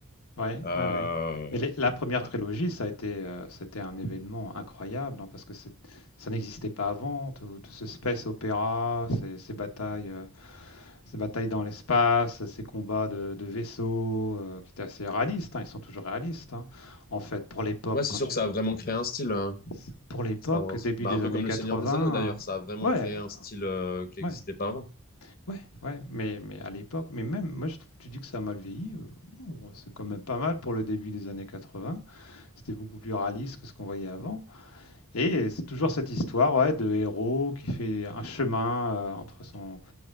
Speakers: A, on the left; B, on the left.
A: Ouais,
B: Euh,
A: ouais, ouais. ouais. Mais les- la première
B: ouais,
A: trilogie, ça a été, euh, c'était un événement incroyable, hein, parce que c'est, ça n'existait pas avant. Tout, tout ce space opéra, ces, ces batailles, euh, ces batailles dans l'espace, ces combats de, de vaisseaux, euh, qui étaient assez réalistes. hein, ils sont toujours réalistes, hein, en fait, pour l'époque.
B: ouais, c'est
A: quand
B: sûr
A: tu
B: que ça a vraiment créé un style euh,
A: C pour l'époque,
B: Star Wars.
A: début
B: Bah
A: des
B: un peu
A: années
B: comme
A: 80,
B: le Seigneur des Anneaux d'ailleurs, ça a vraiment
A: heu, ouais,
B: créé un style euh, qui
A: ouais,
B: n'existait pas avant.
A: ouais, ouais, mais mais à l'époque mais même moi je trouve tu dis que ça a mal vieilli, heu, non, c'est quand même pas mal pour le début des années 80. C'était beaucoup plus réaliste que ce qu'on voyait avant et c'est toujours cette histoire, ouais, de héros qui fait un chemin, heu, entre son